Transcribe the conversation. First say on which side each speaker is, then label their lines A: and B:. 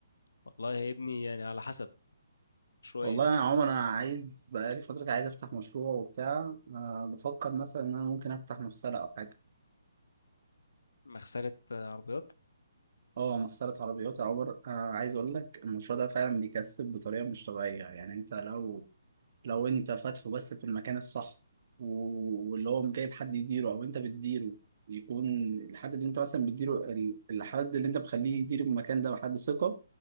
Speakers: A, on the left; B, on the right.
A: والله يا ابني يعني على حسب شوية
B: والله يا عمر انا عايز بقالي فتره كده عايز افتح مشروع وبتاع أه بفكر مثلا ان انا ممكن افتح مغسله او حاجه
A: مغسلة آه، عربيات
B: اه مغسله عربيات يا عمر أه عايز اقول لك المشروع ده فعلا بيكسب بطريقه مش طبيعيه يعني انت لو لو انت فاتحه بس في المكان الصح و- واللي هو جايب حد يديره او انت بتديره يكون الحد اللي انت مثلا بتديره ال- الحد اللي انت مخليه يدير المكان ده بحد ثقة